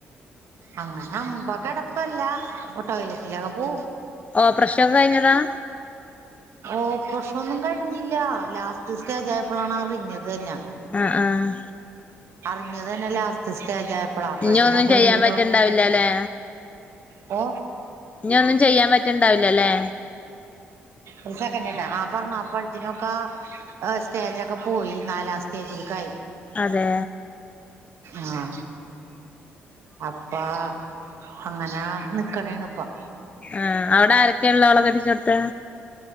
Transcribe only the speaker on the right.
അങ്ങനെ അമ്പ കെടപ്പല്ല ടോയ്ലറ്റിലൊക്കെ പോ
ഓപ്രഷനൊന്നും കഴിഞ്ഞില്ല ലാസ്റ്റ് സ്റ്റേജ ആയപ്പോഴാണ് അറിഞ്ഞത് തന്നെ
അറിഞ്ഞത് തന്നെ ലാസ്റ്റ് സ്റ്റേജ ആയപ്പോളാ അപ്പഴത്തിനൊക്കെ
ഒരുവിതോ
ഇപ്പൊ
ഒരു സെക്കൻട്ടാ ആഹ് പറഞ്ഞു അപ്പഴ ത്തിനൊക്കെ സ്റ്റേജൊക്കെ പോയി നാലാം സ്റ്റേജിലേക്കായി
ആഹ് അപ്പാ അങ്ങനെ നിക്കണേണ് ഇപ്പം.